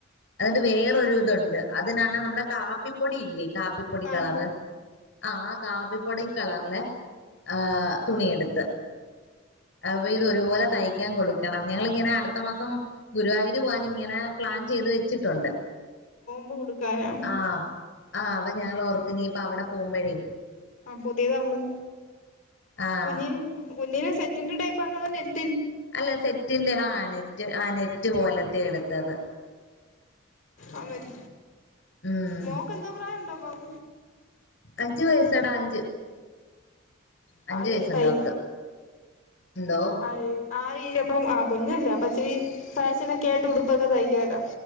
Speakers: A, on the left; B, on the left.
A: അതിട്ട് വേറൊരു ഇതുണ്ട് അതിനാണ് നമ്മുടെ കാപ്പിപ്പൊടി ഇല്ലേ കാപ് പ്പിപ്പൊടി
B: ആഹ്
A: കളറ് ആഹ് കാപ്പിപ്പൊടി കളറിലെ ആ തുണിയെടുത്ത് അപ്പ ഇതൊരുപോലെ തയ്ക്കാൻ കൊടുക്കണം ഞങ്ങളിങ്ങനെ അടുത്ത മാസം ഗുരുവായൂര് പോകൻ ഇങ്ങനെ പ്ലാൻ ചെയ്ത് വെച്ചിട്ടുണ്ട്
B: <unintelligible> ക്കാന
A: ആഹ് ആഹ് അവ ഞങ്ങള് ഓർത്ത് ഇനീപ്പ അവടെ പോവുമ്പഴേ
B: ആ പുതിയ നമ്മള്
A: ആഹ്
B: കുഞ്ഞി കുഞ്ഞിനെ സെറ്റ് ത്തിന്റെടൈപ്പാന്നോ <unintelligible>
A: അല്ല സെറ്റിന്റെ ആ നെറ്റ് ആ നെ റ്റ് പോലത്തെ എട്ത്തത്
B: ആ <unintelligible>
A: ഉം
B: മോക്കെന്തോ പ്രായണ്ട് ഇപ്പം
A: അഞ്ചു വയസാട അഞ്ച്
B: പാതിയേ
A: അഞ്ചു വയസ്സുണ്ട്
B: തയ്
A: അവക്ക് എന്തോ
B: ആയ് ആ രീ <unintelligible> അപ്പം ആ കുഞ്ഞല്ലേ അപ്പച്ചിരി ഫാഷനൊക്കെ ആയിട്ട് ഉടുപ്പൊക്കെ തയ്ക്കാല്ലോ